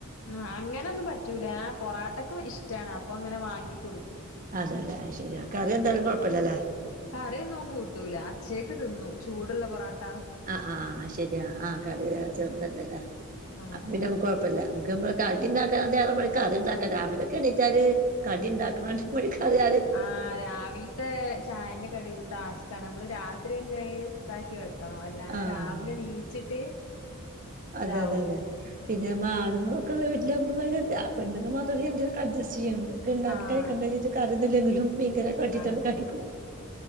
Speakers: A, on the left; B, on the right.
A: ആ അങ്ങനൊന്നും പറ്റൂല പൊറാട്ടക്ക് ഇഷ്ട്ടാണ് അപ്പങ്ങനെ വാങ്ങിക്കൊടുക്കും
B: അതേല്ലേ? അഹ് ശെരിയാ കറിയെന്തായാലും കൊഴപ്പല്ല്യലേ?
A: കറിയൊന്നും ഓന് കൂട്ടൂല അച്ചേക്ക് തിന്നും ചൂടുള്ള പൊറാട്ട
B: ആഹ് ആഹ് അഹ്ശരിയാ ആഹ് കറി
A: ഉം
B: ചെർതല്ലലേ?
A: ആഹ്
B: അപ്പ പിന്നെ
A: ആഹ്
B: കൊഴപ്പല്ല നമുക്ക് നമ്മളെ കടിണ്ടാക്കാട്ടിലും പണി കറിണ്ടാക്കാനാ രാവിലൊക്കെ എണീറ്റാല് കടിണ്ടാക്ക്ണാട്ടി യാദ്യം
A: ആ രാവിൽത്തെ ചായന്റെ കടിയൊരു ടാസ്കാ ണ് നമ്മള് രാത്രിയന്നത് ഇതാക്കി വെക്കണം അല്ലാതെ
B: ആഹ്
A: രാവിലെ നീച്ചിട്ട്
B: അതെ
A: ഇതാവൂല
B: അതെ അതെ
A: ഉം
B: പിന്നമ്മളെ ആണുങ്ങളൊ വീട്ടിലൊക്കെ ഒമ്പതുമണി പെണ്ണ്ങ്ങള് മാത്രള്ള വീട്ടില് എന്തെങ്കിലൊക്കെ അഡ്ജസ്റ്റെയ്യ ഇത്ണ്ടാക്കി
A: ആഹ്
B: കഴിക്കേണ്ടെ വെച്ച്ട്ട് കറിയൊന്നുല്ലെങ്കിലും മീൻകറിയൊക്കെ വറ്റിച്ചാട്ട്
A: ആഹ്
B: കഴിക്കും